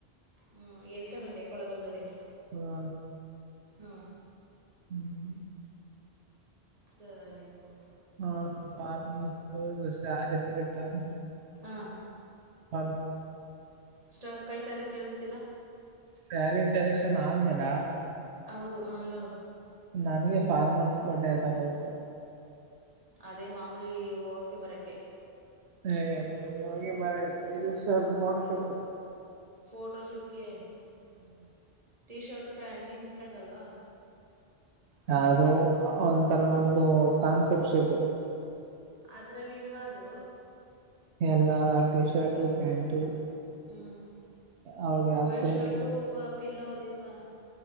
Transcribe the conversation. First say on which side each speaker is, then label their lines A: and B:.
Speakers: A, on the right; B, on the right.
A: ಹ್ಮ್ ಎಲ್ಲಿ ತಗೊಂಡೆ ಕೊಳಗಲ್ದಲ್ಲಿ
B: ಹಾ
A: ಹ್ಮ
B: ಹ್ಮ್
A: ಸರಿ ತಗೋ
B: ಹಫಾರ್ಮ ಸಾರ ಸೆಲೆಗಟಾಕ್
A: ಹಾ
B: ಹ
A: ಸ್ಟಾಕ್ ಆಯ್ತಾ ಅದ ಕೇಳಸ್ತಿಲ್ಲ
B: ಸ್ಯಾರಿ ಸ್ಯಾರಿಕ್ಷನ್ ಆದ್ಮೇಲ
A: ಹೌದು ಹ ಹೇಳು
B: ನನಗೆ ಫಾರ್ಮರ್ಸ್ ಬಟ್ಟೆ ತಗೋಬೇಕು
A: ಅದೇ ಮಾಮೂಲಿ ಹೋಗೋಕ್ಕೆ ಬರಕೆ
B: ಹ ಯೋಗಫೋಟೋಷೂಟ್
A: ಫೋಟೋ ಶೂಟ್ಕ್ಕೆ ಟಿ ಶರ್ಟ್ ಪ್ಯಾ ಜೀನ್ಸ್ ಪ್ಯಾಂಟ್ ಅಲ್ವಾ
B: ಯಾದು ಒಂಥರ ನಮ್ದು ಕಾನ್ಸೆಪ್ಟ್ ಸೂಟು
A: ಅದ್ರಲ್ಲಿ ಇಲ್ವಾ ಅದು
B: ಎಲ್ಲ ಟಿ ಶರ್ಟು ಪ್ಯಾಂಟು
A: ಹ್ಮ್
B: ಅವ್ರಿಗೆ ಹಾಫ್
A: ಒಡ್
B: ಸ್ಯಾರಿ
A: ಶರ್ಟು ಪಿಲ್ಲ ಅದಿಲ್ವಾ